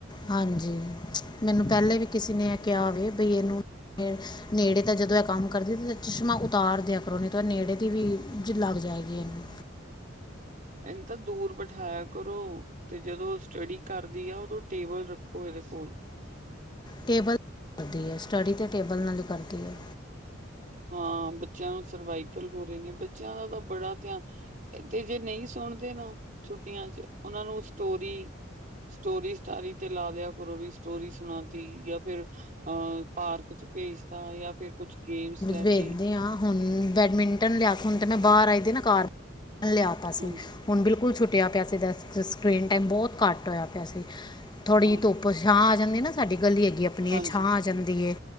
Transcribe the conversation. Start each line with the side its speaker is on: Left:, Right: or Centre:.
Left: ਹਾਂਜੀ ਮੈਨੂੰ ਪਹਿਲੇ ਵੀ ਕਿਸੇ ਨੇ ਇਹ ਕਿਹਾ ਹੋਵੇ ਬਈ ਇਹਨੂੰ ਨੇੜੇ ਤਾਂ ਜਦੋਂ ਇਹ ਕੰਮ ਕਰਦੀ ਤਾਂ ਚਸ਼ਮਾਂ ਉਤਾਰ ਦਿਆ ਕਰੋ ਉਹਨੇ ਤਾਂ ਨੇੜੇ ਦੀ ਵੀ ਲੱਗ ਜਾਏਗੀ ਇਹਨੂੰ।
Right: ਇਹਨੂੰ ਤਾਂ ਦੂਰ ਬਿਠਾਇਆ ਕਰੋ। ਤੇ ਜਦੋਂ ਸਟੱਡੀ ਕਰਦੀ ਐ, ਉਦੋਂ ਟੇਬਲ ਰੱਖੋ ਇਹਦੇ ਕੋਲ।
Left: ਟੇਬਲ ਕਰਦੀ ਹੈ, ਸਟੱਡੀ ਤੇ ਟੇਬਲ ਨਾਲ ਹੀ ਕਰਦੀ ਹੈ।
Right: ਹਾਂ, ਬੱਚਿਆਂ ਨੂੰ ਸਰਵਾਈਕਲ ਹੋ ਰਹੇ ਨੇ। ਬੱਚਿਆਂ ਦਾ ਤਾਂ ਬੜਾ ਧਿਆਨ ਤੇ ਜੇ ਨਹੀਂ ਸੁਣਦੇ ਨਾ ਛੁੱਟੀਆਂ ਚ ਉਹਨਾ ਨੂੰ ਸਟੋਰੀ ਸਟੋਰੀ ਸਟਾਰੀ ਤੇ ਲਾ ਦਿਆ ਕਰੋ ਵੀ ਸਟੋਰੀ ਸੁਣਾਤੀ ਜਾਂ ਫਿਰ ਅ ਪਾਰਕ ਚ ਭੇਜਤਾ ਜਾਂ ਫਿਰ ਕੁਛ ਗੇਮਸ ਲੈਤੀ
Left: ਵੇਖਦੀ ਹਾਂ ਹੁਣ ਬੈਡਮਿੰਟਨ ਲਿਆ ਹੁਣ ਤੇ ਮੈਂ ਬਾਹਰ ਆਈ ਦੀ ਨਾ ਕਾਰ ਲਿਆ। ਸੀ
Right: ਹਾਂਜੀ
Left: ਹੁਣ ਬਿਲਕੁਲ ਛੁੱਟਿਆ ਪਿਆ ਸੀ। ਸਕਰੀਨ ਟਾਈਮ ਬਹੁਤ ਘੱਟ ਹੋਇਆ ਪਿਆ ਸੀ। ਥੋੜ੍ਹੀ
Right: ਹਾਂ
Left: ਹੀ ਧੁੱਪ ਛਾਂ ਆ ਜਾਂਦੀ ਨਾ ਸਾਡੀ ਗਲੀ ਅੱਗੇ ਆਪਣੀ
Right: ਹਾਂਜੀ
Left: ਛਾਂ ਆ ਜਾਂਦੀ ਹੈ,